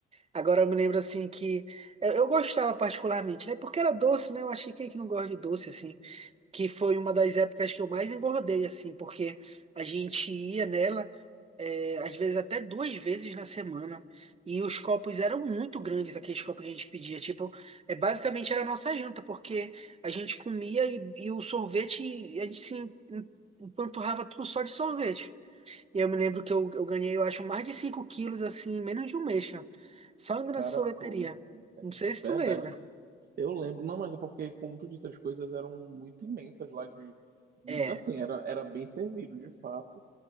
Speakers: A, on the right; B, on the right.
A: Agora eu me lembro assim que eu, eu gostava particularmente, né? Porque era doce, né? Eu acho que quem é que não gosta de doce assim, que foi uma das épocas que eu mais engordei assim, porque a gente ia nela é, às vezes até duas vezes na semana e os copos eram muito grandes, aqueles copos que a gente pedia, tipo, é basicamente era a nossa janta, porque a gente comia e, e o sorvete a gente se em- em- empanturrava tudo só de sorvete. E eu me lembro que eu, eu ganhei, eu acho, mais de 5 quilos, assim, em menos de um mês, cara. Só indo nessa
B: Cara,
A: sorveteria.
B: foi.
A: Não sei
B: É, é
A: se
B: verdade.
A: tu lembra.
B: Eu lembro. Não, mas é porque, como tu disse, as coisas eram muito imensas lá de, de-
A: É,
B: assim, era, era bem servido, de fato.